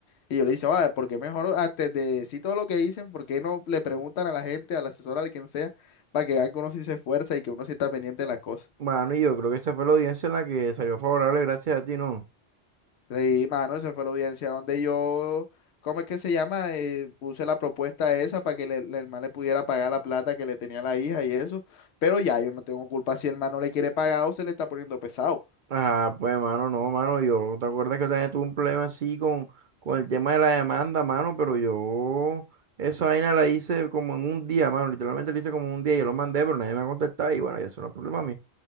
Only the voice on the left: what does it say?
Y yo le dije, va, porque mejor antes de decir todo lo que dicen, ¿por qué no le preguntan a la gente, a la asesora de quien sea, para que vean que uno sí se esfuerza y que uno sí está pendiente de las cosas?
Y mano, esa fue la audiencia donde yo, ¿cómo es que se llama? Eh, puse la propuesta esa para que le- le- el man le pudiera pagar la plata que le tenía la hija y eso. Pero ya, yo no tengo culpa si el man no le quiere pagar o se le está poniendo pesado.